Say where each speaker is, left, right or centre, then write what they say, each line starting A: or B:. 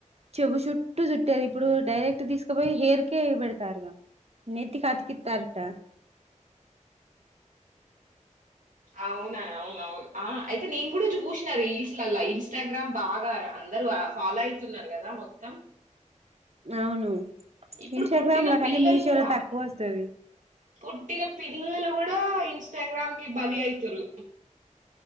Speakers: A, on the right; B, on the right.
A: చెవు చుట్టూ చుట్టేది ఇప్పుడు డైరెక్ట్ తీసుకపోయి హెర్కే పెడతారుగా నెత్తి అతికితరిట
B: అవునా అవునవును ఆ అయితే నేను కూడా చూసిన రీల్స్ లలా ఇన్స్టాగ్రామ్ బాగా అందరు ఫాలో అయితున్నారు కదా మొత్తం
A: అవును
B: ఇప్పుడు
A: ఇన్స్టాగ్రామ్
B: పుట్టిన
A: లో కానీ
B: పిల్లలు
A: మీషోలో
B: కూడా
A: తక్కువ వస్తది
B: పుట్టిన పిల్లలు కూడా ఇన్స్టాగ్రామ్ కి బలి అయితురు